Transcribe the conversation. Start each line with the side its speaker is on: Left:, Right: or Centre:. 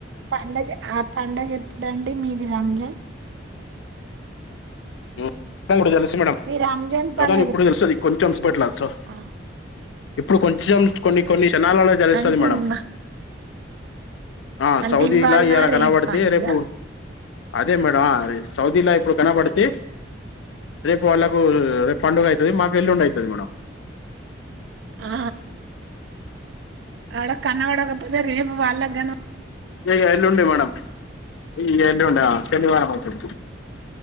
Right: పండగ ఆ పండగ ఎప్పుడుండి మీది రంజాన్
Left: ఉమ్ ఎప్పుడని ఇప్పుడు తెలుస్తది మేడం
Right: మీ రంజాన్
Left: ఎప్పుడని
Right: పండగ
Left: ఇప్పుడు
Right: ఎప్పు-
Left: తెలుస్తది కొం చం స్పెట్లా సా
Right: ఆ,
Left: ఇప్పుడు కొంచం కొన్ని కొన్ని క్షణాలల తెలుస్తది
Right: అంటే
Left: మేడం
Right: ఇవ్వ
Left: ఆ
Right: అంటే
Left: సౌదీలా
Right: ఇవ్వాలనా
Left: ఇయాలా కనవడితే
Right: రేపా అనేదా
Left: రేపు అదే మేడం సౌదీలా ఇప్పుడు కనబడితే రేపు వాళ్ళకు రేపు పండుగ అయితది మాకు ఎల్లుండి అయితది మేడం
Right: ఆ ఆడా కనవడకపోతే రేపు వాళ్ళగన
Left: ఇగ ఎల్లుండి మేడం ఈ ఎల్లుండి ఆ శనివారం అయితది